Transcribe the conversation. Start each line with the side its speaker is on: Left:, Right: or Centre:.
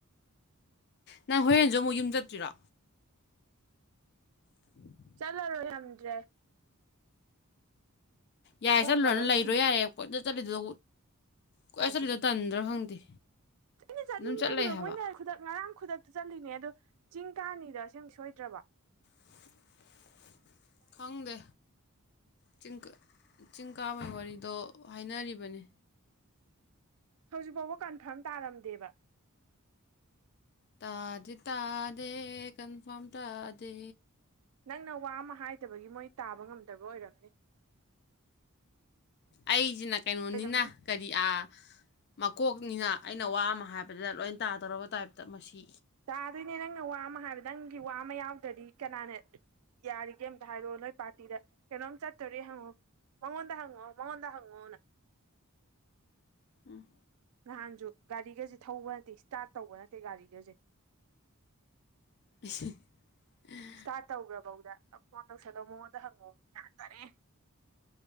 Left: ꯅꯪ ꯍꯣꯔꯦꯟꯁꯨ ꯑꯃꯨꯛ ꯌꯨꯝ ꯆꯠꯇꯣꯏꯔꯣ <inaudible>
Right: ꯆꯠꯂꯔꯣꯏ ꯌꯥꯝꯗ꯭ꯔꯦ
Left: ꯌꯥꯔꯦ
Right: ꯃꯑꯣꯡꯒ
Left: ꯆꯠꯂꯨꯔꯅ
Right: ꯂꯣꯏ
Left: ꯂꯩꯔꯣ
Right: ꯁꯤꯗ
Left: ꯌꯥꯔꯦ ꯀꯣꯏꯆꯠ ꯆꯠꯂꯤꯗꯣ ꯀꯣꯏ
Right: ꯀꯥꯟꯁꯤꯗ
Left: ꯆꯠꯂꯤꯗꯣ ꯇꯟꯗ꯭ꯔꯣ ꯈꯪꯗꯦ
Right: ꯑꯩꯅ ꯆꯠꯅꯤꯡꯕꯒꯤꯔꯣ
Left: ꯑꯗꯨꯝ ꯆꯠꯂꯩ ꯍꯥꯏꯕ
Right: ꯃꯣꯏꯅ ꯈꯨꯗꯛ ꯉꯔꯥꯡ ꯈꯨꯗꯛꯇ ꯆꯠꯂꯤꯅꯦ ꯑꯗꯣ ꯆꯤꯡ ꯇꯥꯅꯤꯗ ꯑꯁꯦꯡ ꯁꯣꯏꯗ꯭ꯔꯕꯣ
Left: <inaudible> ꯈꯪꯗꯦ ꯆꯤꯡ ꯀꯥ ꯆꯤꯡ ꯀꯕꯩ ꯕꯋꯥꯔꯤꯗꯣ ꯍꯥꯏꯅꯔꯤꯕꯅꯤ
Right: ꯍꯧꯖꯤꯛ ꯐꯥꯎꯕ ꯀꯟꯐꯥꯔꯝ ꯇꯥꯔꯝꯗꯦꯕ
Left: ꯇꯥꯗꯤ ꯇꯥꯗꯦ ꯀꯟꯐꯥꯔꯝ ꯇꯥꯗꯦ
Right: ꯅꯪꯅ ꯋꯥ ꯑꯃ ꯍꯥꯏꯗꯕꯒꯤ ꯃꯣꯏ ꯇꯥꯕ ꯉꯝꯗꯕ ꯑꯣꯏꯔꯝꯅꯤ
Left: ꯑꯩꯁꯤꯅ ꯀꯩꯅꯣꯅꯤꯅ
Right: ꯑꯣꯏꯔꯝꯅꯤ
Left: ꯀꯔꯤ ꯑꯥ ꯃꯀꯣꯛꯅꯤꯅ ꯑꯩꯅ ꯋꯥ ꯑꯃ ꯍꯥꯏꯕꯗ ꯂꯣꯏꯅ ꯇꯥꯗꯧꯔꯕ ꯇꯥꯏꯞꯇ ꯃꯁꯤ
Right: ꯇꯥꯗꯣꯏꯅꯦ ꯅꯪꯅ ꯋꯥ ꯑꯃ ꯍꯥꯏꯕꯗ ꯅꯪꯒꯤ ꯋꯥ ꯑꯃ ꯌꯥꯎꯗ꯭ꯔꯗꯤ ꯀꯅꯥꯅ ꯌꯥꯔꯤꯒꯦ ꯑꯝꯇ ꯍꯥꯏꯔꯣꯑꯣ ꯅꯣꯏ ꯄꯥꯔꯇꯤꯗ ꯀꯩꯅꯣꯝ ꯆꯠꯇꯣꯔꯦ ꯍꯪꯉꯣ ꯃꯉꯣꯟꯗ ꯍꯪꯉꯣ ꯃꯉꯣꯟꯗ ꯍꯪꯉꯣꯅ
Left: ꯎꯝ
Right: ꯅꯍꯥꯟꯁꯨ ꯒꯥꯔꯤꯒꯁꯦ ꯊꯧꯕ ꯅꯠꯇꯦ ꯏꯁꯇꯥꯔꯠ ꯇꯧꯕ ꯅꯠꯇꯦ ꯒꯥꯔꯤꯒꯁꯦ
Left: <inaudible>
Right: ꯏꯁꯇꯥꯔꯠ ꯇꯧꯈ꯭ꯔꯕꯧꯗ ꯐꯣꯟ ꯇꯧꯁꯟꯂꯣ ꯃꯉꯣꯟꯗ ꯍꯪꯑꯣ ꯌꯥ ꯇꯔꯦ